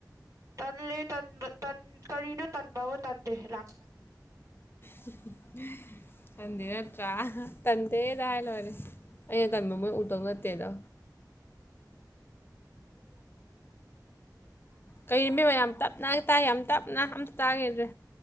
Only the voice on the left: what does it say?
<inaudible> ꯇꯟꯗꯦ ꯅꯠꯇ꯭ꯔꯥ ꯑꯍꯥ ꯇꯟꯗꯦꯗ ꯍꯥꯏ ꯂꯣꯏꯔꯦ ꯑꯩꯅ
ꯇꯟꯕ ꯃꯣꯏ ꯎꯗꯧ ꯅꯠꯇꯦꯗꯣ
ꯀꯩ ꯃꯤꯃꯥ ꯌꯥꯝ ꯇꯞꯅ ꯇꯥꯏ ꯌꯥꯝ ꯇꯞꯅ ꯑꯝꯇ ꯇꯥꯒꯤꯗ꯭ꯔꯦ